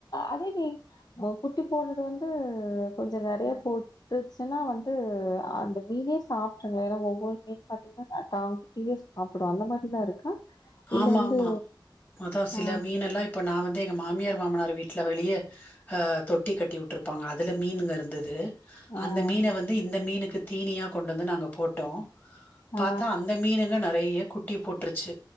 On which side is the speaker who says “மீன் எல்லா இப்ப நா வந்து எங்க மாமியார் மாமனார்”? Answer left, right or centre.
Left